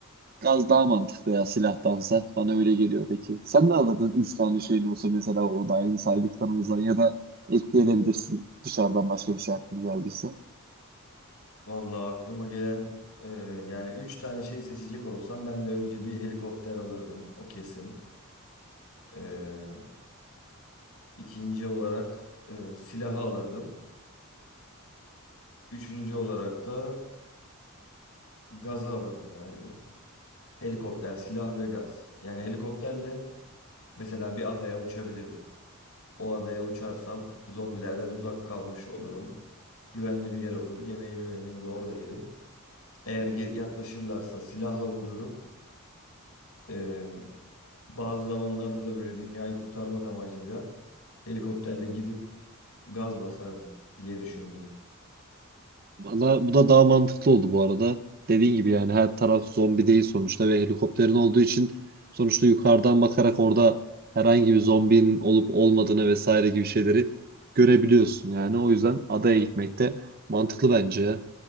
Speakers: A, on the right (about 45°); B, on the left (about 85°).
A: gaz daha mantıklı ya silahtansa. Bana öyle geliyor peki. Sen ne alırdın 3 tane şeyin olsa mesela o da aynı saydıklarımızdan ya da ekleyebilirsin dışarıdan başka bir şey aklına geldiyse.
B: Vallahi aklıma gelen e, yani 3 tane şey seçecek olsam ben de önce bir helikopter alırdım. O kesin. E, ikinci olarak e, silahı alırdım. Üçüncü olarak da gazı alırdım galiba. Helikopter, silah ve gaz. Yani helikopterle mesela bir adaya uçabilirdim. O adaya uçarsam zombilerden uzak kalmış olurum. Güvenli bir yer olur. Yemeğimi memeğimi orada yerim. Eğer ge- yaklaşırlarsa silahla vururum. Ee, bazı zamanlarda da böyle dünyayı kurtarmak amacıyla helikopterle gidip gaz basarım diye düşündüm.
A: Valla bu da daha mantıklı oldu bu arada. Dediğin gibi yani her taraf zombi değil sonuçta ve helikopterin olduğu için sonuçta yukarıdan bakarak orada herhangi bir zombinin olup olmadığını vesaire gibi şeyleri görebiliyorsun yani. O yüzden adaya gitmek de mantıklı bence. ya.